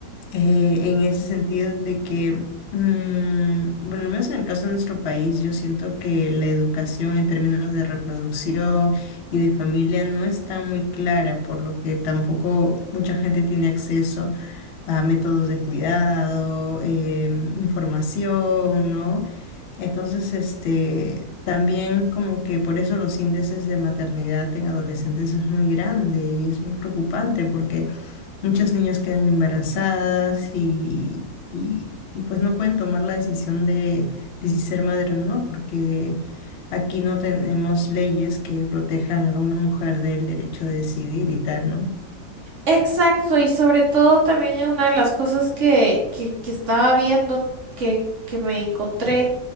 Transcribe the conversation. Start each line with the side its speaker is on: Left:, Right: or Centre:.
Left: eh, en ese sentido de que, mm, bueno, al menos en el caso de nuestro país, yo siento que la educación en términos de reproducción y de familia no está muy clara, por lo que tampoco mucha gente tiene acceso a métodos de cuidado, em, información, ¿no? Entonces, este... También como que por eso los índices de maternidad en adolescentes es muy grande y es muy preocupante porque Muchas niñas quedan embarazadas y, y- y, pues no pueden tomar la decisión de, de si ser madre o no, porque aquí no tenemos leyes que protejan a una mujer del derecho de decidir y tal, ¿no?
Right: Exacto, y sobre todo también es una de las cosas que, que, que estaba viendo, que, que me encontré